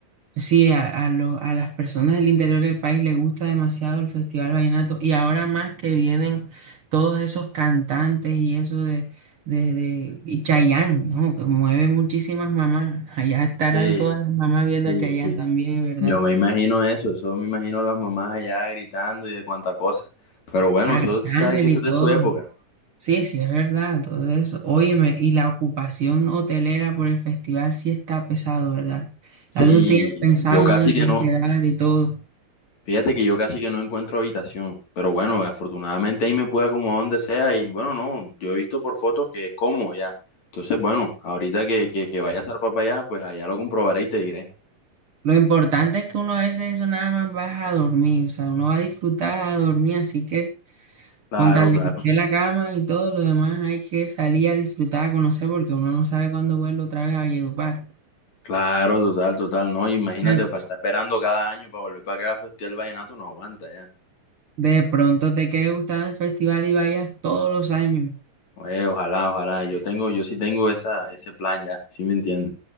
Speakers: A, on the right; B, on the left.
A: sí, a, a, lo- a las personas del interior del país les gusta demasiado el Festival Vallenato y ahora más que vienen todos esos cantantes y eso de, de, de y Chayanne, ¿no? Que mueve muchísimas mamás, <laughs> allá estarán
B: Sí,
A: todas las mamás viendo
B: sí,
A: a Chayanne
B: sí.
A: también, es verdad,
B: Yo me imagino eso, eso me imagino a las mamás allá gritando y de cuánta cosa. Pero bueno,
A: Arcángel
B: eso tú sabes que eso
A: y todo,
B: es de su época.
A: sí, sí, es verdad, todo eso, óyeme, y la ocupación hotelera por el festival sí está pesado, ¿verdad?
B: Sí,
A: Ya tú tienes pensado
B: yo casi
A: dónde
B: que
A: te vas
B: no,
A: a quedar y todo.
B: Fíjate que yo casi que no encuentro habitación, pero bueno, afortunadamente ahí me pude acomodar donde sea y bueno, no, yo he visto por fotos que es cómodo ya. Entonces, bueno, ahorita que, que, que vaya a zarpar para allá, pues allá lo comprobaré y te diré.
A: Lo importante es que uno a veces eso nada más baja a dormir, o sea, uno va a disfrutar a dormir, así que
B: Claro,
A: con tal
B: claro,
A: de que esté la cama y todo lo demás hay que salir a disfrutar, a conocer, porque uno no sabe cuándo vuelve otra vez a Valledupar.
B: claro, total, total, no, imagínate,
A: De,
B: para estar esperando cada año para volver para acá a festear el vallenato no aguanta ya.
A: de pronto te quede gustando el festival y vayas todos los años.
B: Oye, ojalá, ojalá, yo tengo, yo sí tengo esa, ese plan ya, ¿sí me entiendes?